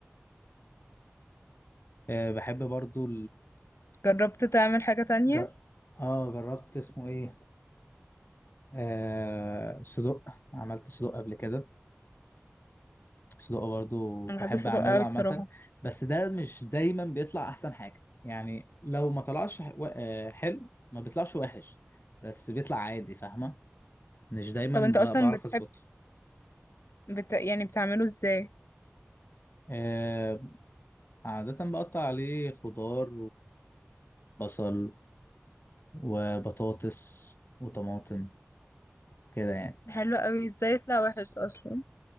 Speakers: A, on the left; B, on the left.
A: أه بحب برضو
B: جربت تعمل حاجة تانية
A: جر... اه جربت اسمه ايه آه صدق عملت صدق قبل كده صدق برضو بحب
B: أنا بحب الصدق
A: اعمله
B: أوي الصراحة
A: عامة بس ده مش دايما بيطلع احسن حاجة يعني لو ما طلعش ح- و- آه، حلو ما بيطلعش وحش بس بيطلع عادي فاهمة مش دايما
B: طب
A: ب...
B: أنت أصلا
A: بعرف
B: بتحب
A: اظبطه
B: بت... يعني بتعمله إزاي
A: آه عادة بقطع عليه خضار وبصل وبطاطس وطماطم كده يعني
B: حلو أوي إزاي يطلع وحش أصلا